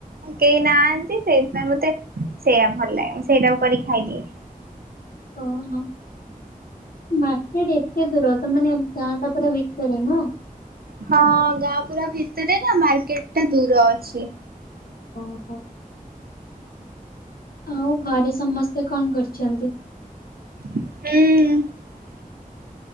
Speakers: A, on the right; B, on the left.
A: କେହି ନାହାନ୍ତି ସେଇଥିପାଇଁ ମତେ ସେଇୟା ଭଲ ଲାଗେ ମୁଁ ସେଇଟାକୁ କରିିକି ଖାଇଦିଏ।
B: ଓ ହୋ। ମାର୍କେଟ ଏତେ ଦୂର ତ ମାନେ ଗାଁଟା ପୁରା ଭିତରେ ନା।
A: ହଁ ଗାଁ ପୁରା ଭିତରେ ନା ମାର୍କେଟ ଟା ଦୂର ଅଛି।
B: ଓହୋ। ଆଉ ଘରେ ସମସ୍ତେ କଣ କରୁଛନ୍ତି?
A: ହୁଁ।